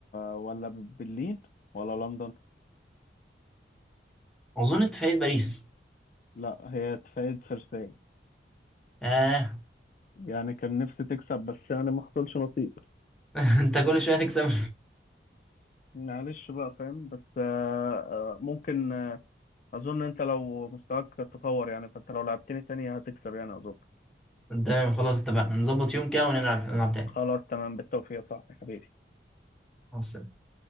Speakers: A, on the left; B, in the centre.
A: ولا برلين ولا لندن
B: اظن انت في عيد باريس
A: لا هي اتفاقية فرساي
B: آه
A: يعني كان نفسي تكسب بس يعني ما حصلش نصيب
B: <laughs> انت كل شوية تكسب
A: معلش بقى فاهم بس آه، آه، ممكن آه، أظن أنت لو مستواك تطور يعني فأنت لو لعبتني تاني هتكسب يعني أظن
B: تمام خلاص اتفقنا نظبط يوم كده ونلعب نلعب تاني
A: خلاص تمام بالتوفيق صح يا حبيبي
B: مع السلامة.